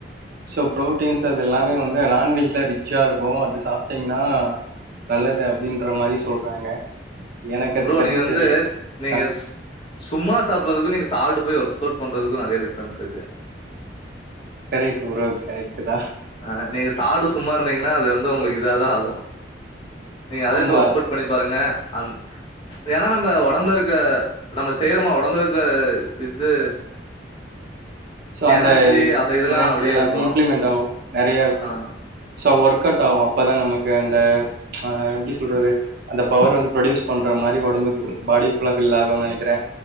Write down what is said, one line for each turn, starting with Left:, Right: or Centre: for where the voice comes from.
Right: சோ ப்ரோட்டீன்ஸ் அது எல்லாமே வந்து நான்வெஜ்ல ரி ச்சா இருக்கு அது சாப்டிங்னா நல்லது அப்டின்ற மாரி சொல்றாங்க எனக்கு அது
Left: ப்ரோ
Right: பத்தி
Left: நீங்க வந்து
Right: தெர்ல
Left: நீங்க
Right: ஆ
Left: சும்மா சாப்றதுக்கு நீங்க சால்டு போய் ஒர் கொட் பண்றதுக்கு நெறைய டிஃப்ரெண்ட் இருக்கு
Right: கரெக்ட்டு புரோ கரெக்ட்டு தா
Left: ஆ நீங்க சாப்டு சும்மா இருந்தீங்கன்னா அது வந்து உங்களுக்கு இதாதா ஆகு நீங்க அதே
Right: ஆமா
Left: போய் ஒர்க் அவுட் பண்ணி பாருங்க அந் ஏன்னா நம்ம ஒடம்புல இருக்க நம்ம செய்றோமா ஒடம்புல இருக்க இது
Right: சோ அந்த
Left: எனர்ஜி
Right: இது
Left: அது இதெல்லா
Right: எனர்ஜி
Left: அப்டியே
Right: எல்லாமே
Left: இருக்கு
Right: இம்ப்ளிமெண்ட் ஆகு நெறையவு
Left: ஆ
Right: சோ ஒர்க் அவுட் ஆகு அப்போ தா நமக்கு அந்த எப்டி சொல்றது அந்த பவர் வந்து ப்ரொடியூஸ் பண்ற மாரி ஒடம்புக்கு பாடி ஃபுல்லா ஃபில் ஆகுனு நெனக்கிறே